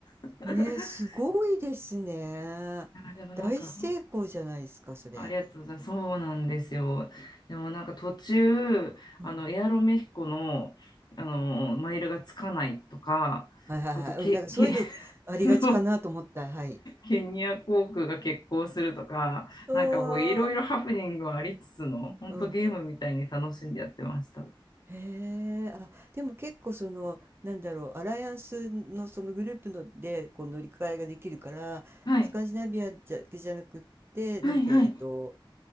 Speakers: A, on the left; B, on the right.
A: <laughs>
B: ねえ、すごいですね。
A: あ、でもなんか、
B: 大成功じゃないですか、それ。
A: ありがとうございます。そうなんですよ。でもなんか途中、
B: うん。
A: あの、エアロメヒコの、あの、マイルがつかないとか、
B: はいはいはい。
A: あと、け、
B: うん。なんかそういうのありがちかなと思った。
A: け、<laughs> そう
B: はい。
A: ケニア航空が欠航するとか、
B: うーん。
A: なんかもういろいろハプニングはありつつの、本当ゲームみたいに楽しんでやってました。
B: うん。へえ、あ、でも結構その、なんだろう、アライアンスのそのグループのでこう乗り換えができるから、
A: はい、
B: スカンジナビアだけじゃなくって、
A: はい、
B: なんだっけ、
A: はい。
B: えっと、